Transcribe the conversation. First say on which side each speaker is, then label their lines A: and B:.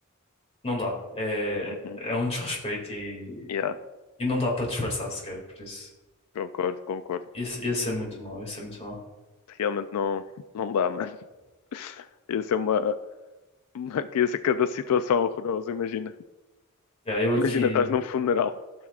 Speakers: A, on the left; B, on the left.
A: não dá. É,
B: mano. Uhum.
A: é um desrespeito e,
B: Yeah,
A: e não dá para disfarçar sequer, por isso.
B: concordo, concordo.
A: Esse, esse é muito mau, esse é muito mau.
B: Realmente não, não dá, mano. <laughs> Isso é uma, Uma riqueza cada situação horrorosa, imagina.
A: Yeah, eu aqui.
B: Imagina, estás num funeral,